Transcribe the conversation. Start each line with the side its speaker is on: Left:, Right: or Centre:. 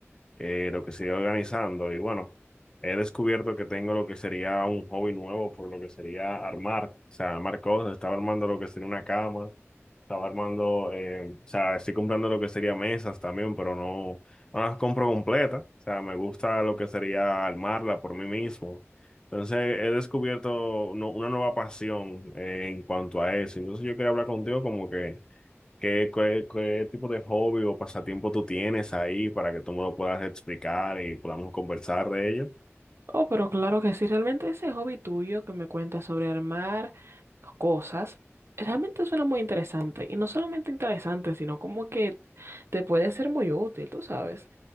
Left: eh, lo que se iba organizando. Y bueno, he descubierto que tengo lo que sería un hobby nuevo por lo que sería armar, o sea, armar cosas. Estaba armando lo que sería una cama, estaba armando, eh, o sea, estoy comprando lo que sería mesas también, pero no, no las compro completas. O sea, me gusta lo que sería armarla por mí mismo. Entonces he descubierto no- una nueva pasión eh, en cuanto a eso. Entonces yo quería hablar contigo como que ¿Qué, qué, qué tipo de hobby o pasatiempo tú tienes ahí para que tú me lo puedas explicar y podamos conversar de ello?
Right: Oh, pero claro que sí, realmente ese hobby tuyo que me cuentas sobre armar cosas, realmente suena muy interesante. Y no solamente interesante, sino como que te puede ser muy útil, tú sabes,